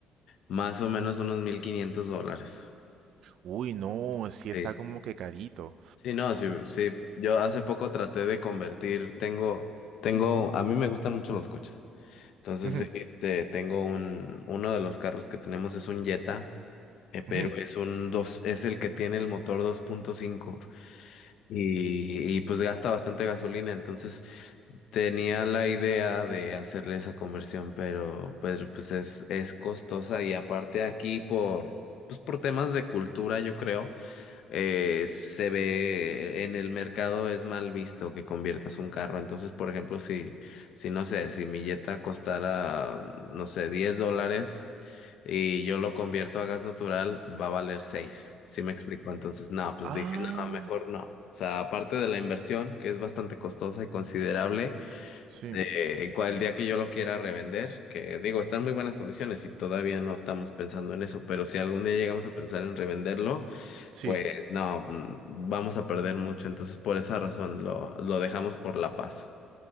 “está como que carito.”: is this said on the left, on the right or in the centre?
Right